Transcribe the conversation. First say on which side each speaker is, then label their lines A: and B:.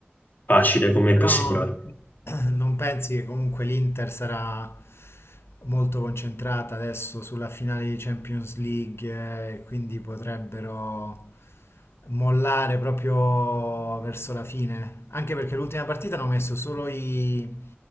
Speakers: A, on the left; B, on the left.
A: facile come
B: Però
A: possibilità.
B: no, non, <clears throat> non pensi che comunque l'Inter sarà molto concentrata adesso sulla finale di Champions League, eh, quindi potrebbero mollare proprio verso la fine? Anche perché l'ultima partita hanno messo solo i,